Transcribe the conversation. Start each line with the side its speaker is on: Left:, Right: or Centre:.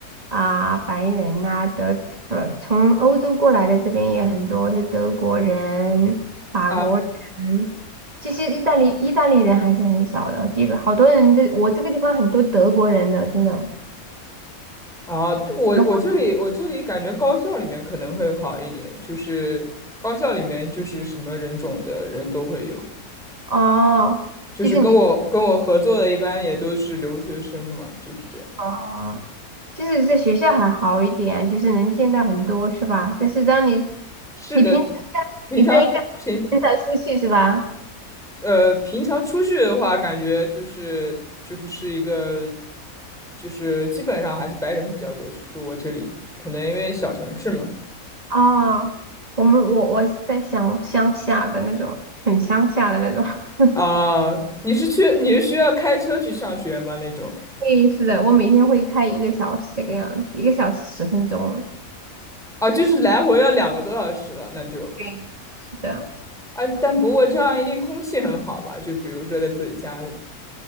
Right: 啊，白人呐、德不是从欧洲过来的这边也很多，就德国人、法国人。
Centre: 啊
Right: 其实意大利意大利人还是很少的，基本好多人这我这个地方很多德国人的，真的。
Centre: 啊，对我我这里我这里感觉高校里面可能会好一点，
Right: 德国
Centre: 就是高校里面就是什么人种的人都会有，
Right: 哦，
Centre: 就是跟我跟我合作的一般也都是留学生嘛，
Right: 就是你
Centre: 就是这样。
Right: 哦，即使在学校还好一点，就是能见到很多是吧？但是当你
Centre: 是的，
Right: 你平常
Centre: 平常平
Right: 女生应该很少出去是吧？
Centre: 呃平常出去的话，感觉就是就是是一个就是基本上还是白人比较多，就是我这里可能因为小城市嘛。
Right: 哦，我们我我是在乡乡下的那种，很乡下的那种。<laughs>
Centre: 啊、你是去你是需要开车去上学吗？那种
Right: 对，是的，我每天会开一个小时这个样子，一个小时十分钟。
Centre: 啊，就是来回要两个多小时了，那就
Right: 对，是的，
Centre: 啊，但不过这样一定空气很好吧？就比如说在自己家里